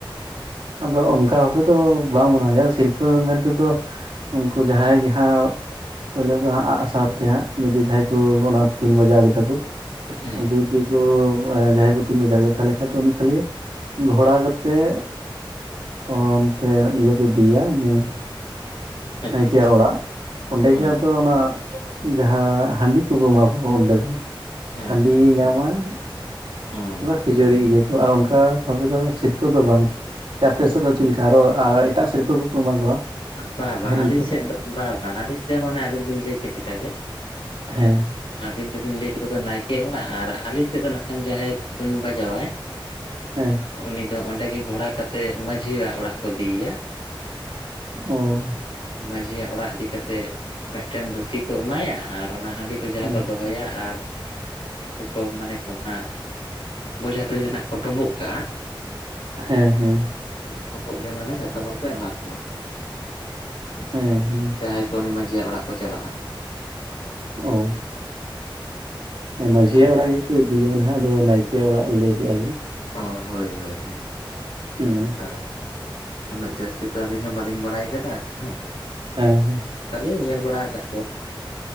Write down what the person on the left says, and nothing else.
ᱦᱮᱸ
ᱟᱪᱪᱷᱟ
ᱟᱪᱪᱷᱟ
ᱚ
ᱦᱮᱸ
ᱦᱮᱸ
ᱚ
ᱵᱟ
ᱵᱟᱝ ᱟᱹᱞᱤᱧ
ᱥᱮᱫ ᱫᱚ ᱵᱟ ᱵᱟᱝ ᱟᱹᱞᱤᱧ ᱥᱮᱫ ᱦᱚᱸ ᱚᱱᱮ ᱟᱵᱮᱱ ᱵᱤᱱ ᱞᱟᱹᱭᱭᱟ ᱪᱮᱫ ᱞᱮᱠᱟ ᱜᱮᱼᱼ
ᱟᱹᱵᱤᱱ ᱫᱚᱵᱤᱱ ᱞᱟᱹᱭ ᱠᱮᱫᱟ ᱫᱚ ᱱᱟᱭᱠᱮ ᱦᱚᱲᱟᱜ ᱟᱨ ᱟᱞᱮ ᱥᱮᱫ ᱫᱚ ᱱᱟᱜ ᱠᱷᱟᱱ ᱡᱟᱦᱟᱸᱭ ᱛᱩᱧ ᱵᱟᱡᱟᱣᱟᱭ᱾
ᱩᱱᱤ ᱫᱚ ᱚᱸᱰᱮ ᱜᱮ ᱜᱷᱳᱚᱲᱟ ᱠᱟᱛᱮᱮᱫ ᱢᱟᱺᱡᱷᱤ ᱭᱟᱜ ᱚᱲᱟᱜ ᱠᱚ ᱤᱫᱤᱭᱮᱭᱟ᱾
ᱢᱟᱡᱷᱤ ᱭᱟᱜ ᱚᱲᱟᱜ ᱤᱫᱤ ᱠᱟᱛᱮᱜ ᱢᱤᱫᱴᱟᱱ ᱫᱷᱩᱛᱤ ᱠᱚ ᱮᱢᱟᱭᱟ ᱟᱨ ᱚᱱᱟ ᱠᱷ ᱦᱰᱤ ᱠᱚᱼᱼ ᱠᱩ ᱡᱟᱦᱟᱸᱟ
ᱠᱚ ᱫᱚᱦᱚᱭᱟ ᱟᱨ ᱩᱱᱠᱩ ᱠᱚ ᱢᱟᱱᱮ ᱠᱚ ᱚᱱᱟ ᱵᱚᱡᱷᱟ ᱛᱚᱡᱷᱟ ᱨᱮᱱᱟᱜ ᱠᱚ ᱰᱩᱸᱵᱳᱩᱜ ᱠᱟᱜᱼᱟ᱾
ᱚᱱᱟ ᱠᱚ ᱜᱮ ᱢᱟᱱᱮ ᱡᱷᱚᱛᱚ ᱦᱚᱲ ᱠᱚ ᱮᱢᱟ ᱠᱚᱣᱟ᱾
ᱡᱟᱦᱟᱸᱭ ᱠᱚ ᱩᱱᱤ ᱢᱟᱺᱡᱷᱤᱭᱟᱜ ᱚᱲᱟᱜ ᱠᱚ ᱪᱟᱞᱟᱜᱼᱟ᱾
ᱟᱫᱚ
ᱚᱸ ᱦᱳᱭ ᱦᱳᱭ ᱦᱳᱭ᱾
ᱟᱫᱚ ᱩᱱᱟᱹᱜ ᱡᱟᱹᱥᱛᱤ ᱛᱚ ᱟᱹᱞᱤᱧ ᱦᱚᱸ ᱵᱟᱹᱞᱤᱧ ᱵᱟᱲᱟᱭ ᱟᱠᱟᱫᱟ, ᱟᱹᱞᱤᱧ ᱦᱚᱸ᱾
ᱠᱷᱟᱞᱤᱧ ᱧᱮᱞ ᱵᱟᱲᱟ ᱟᱠᱟᱫ ᱠᱚᱣᱟ᱾